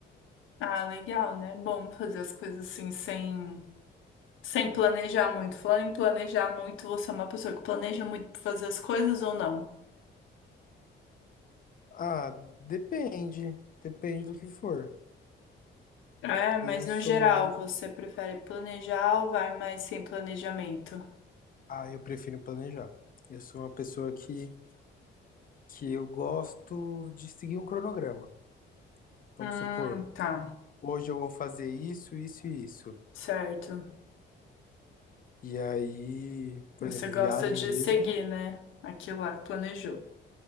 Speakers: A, on the left; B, on the left.
A: Ah, legal, né? Bom fazer as coisas assim sem, sem planejar muito. Falando em planejar muito, você é uma pessoa que planeja muito pra fazer as coisas ou não?
B: Ah, depende. Depende do que for.
A: É, mas
B: E eu
A: no
B: sou
A: geral,
B: mais.
A: você prefere planejar ou vai mais sem planejamento?
B: Ah, eu prefiro planejar. Eu sou uma pessoa que, que eu gosto de seguir um cronograma. Vamos
A: Hum,
B: supor.
A: tá,
B: hoje eu vou fazer isso, isso e isso.
A: certo.
B: E aí, por
A: Você
B: exemplo,
A: gosta
B: viagem
A: de
B: mesmo.
A: seguir, né? Aquilo lá que planejou.